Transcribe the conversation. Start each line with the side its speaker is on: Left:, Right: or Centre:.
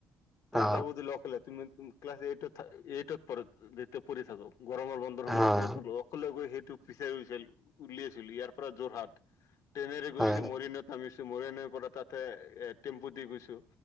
Left: তাত
Centre: অ
Left: যাব য লগ হলে তুমি ক্লাছ এইটত, এইটত পয়া পঢ়ি থাকো গৰমৰ বন্ধৰ সময়ত
Centre: হয়
Left: মই গলো। সকলে গৈ সেইটো পিছাৰ উাই উলিয়াইছিলো ইয়াৰ পৰা যোৰহাট ট্ৰেনেৰে গৈছো
Centre: হয়
Left: মৰিনত ভাবিছোঁ ময়ে এনে ত পৰা তাতে এ টেম্পু দি গৈছো